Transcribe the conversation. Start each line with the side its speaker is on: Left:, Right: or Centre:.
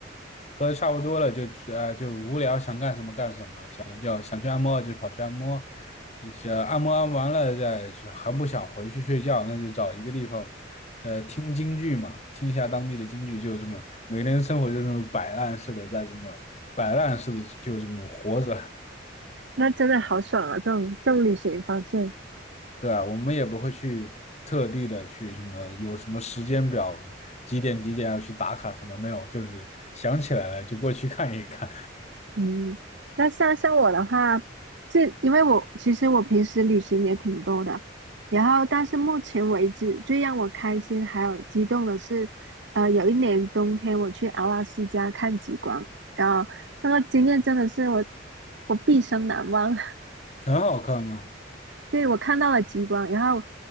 Left: 喝的差不多了就呃就无聊想干什么干什么，想叫想去按摩就跑去按摩，一些按摩按完了再去，还不想回去睡觉，那就找一个地方，呃，听京剧嘛，听一下当地的京剧，就这么每个人生活就这么摆烂似的，在这么摆烂似的就这么活着，
Right: 那真的好爽啊！这种这种旅行方式，
Left: 对啊，我们也不会去特地的去什么有什么时间表，几点几点要去打卡什么没有，就是想起来了就过去看一看，
Right: 嗯，那像像我的话，这因为我其实我平时旅行也挺多的，然后但是目前为止最让我开心还有激动的是，呃，有一年冬天我去阿拉斯加看极光，然后那个经验真的是我我毕生难忘。<laughs>
Left: 很好看吗？
Right: 对，我看到了极光，然后